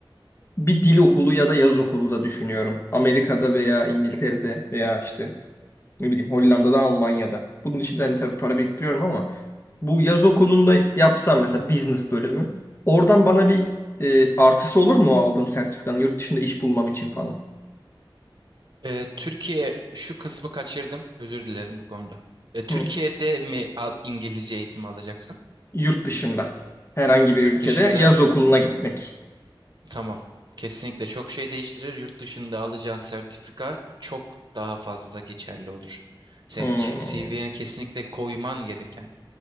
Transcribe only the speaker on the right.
E, Türkiye şu kısmı kaçırdım. Özür dilerim bu konuda. E, Türkiye'de
mi al, İngilizce eğitimi alacaksın?
Yurt
dışında
Tamam. Kesinlikle çok şey değiştirir. Yurt dışında alacağın sertifika çok daha fazla geçerli olur. Senin
için CV'ni kesinlikle koyman gereken.